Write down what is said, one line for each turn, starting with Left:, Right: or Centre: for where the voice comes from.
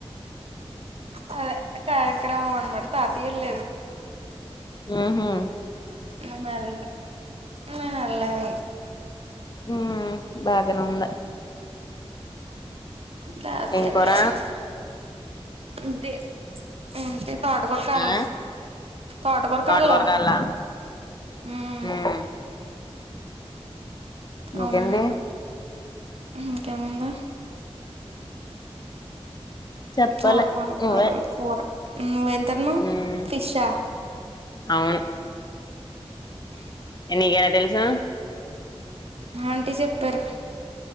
Right: అదే కార్యక్రమం అనమాట తాతయేళ్ళు
Left: ఆహా
Right: నేను వెల్లలే నేను వెళ్ళలేదు
Left: ఆ బాగానే ఉందా
Right: తాతయ్య
Left: ఏం
Right: ఏళ్లారు
Left: కూర
Right: ఇదే ఏంటి తోటకూర అలా
Left: ఆ
Right: తోటకర
Left: తోటకూర
Right: కాలో
Left: కావాలా
Right: మ్
Left: ఉమ్ ఇంకేంటి
Right: అవును ఇన్కేముందా
Left: చెప్పాలి
Right: ఆ అవును
Left: నువ్వే
Right: కూర నువ్ తిన్నావ్
Left: హ్మ్
Right: ఫిషా
Left: అవును
Right: ఆ
Left: నీకెలా తెలుసు
Right: ఆంటీ చెప్పారు